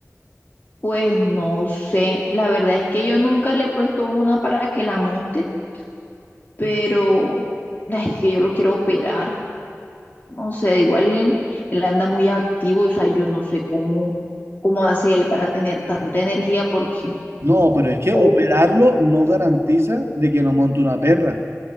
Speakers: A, on the left; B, on the right.
A: Pues no sé, la verdad es que yo nunca le he puesto una para que la monte, pero ay, es que yo lo quiero operar. No sé, igual él anda muy activo, o sea, yo no sé cómo, cómo hace él para tener tanta energía, porque,
B: No, pero es que
A: o
B: operarlo no garantiza de que no monte una perra,